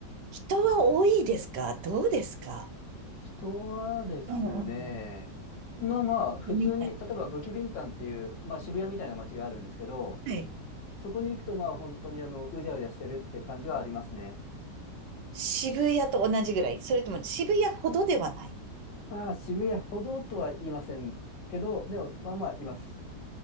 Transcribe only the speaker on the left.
人はですね、
まあまあ、普通に、
例えばブキビンタンっていう、まあ渋谷みたいな街があるんですけど、
そこに行くと、まあ本当にあの、うじゃうじゃしてるって感じはありますね。
まあ渋谷ほどとは言いませんけど、でもまあまあいます。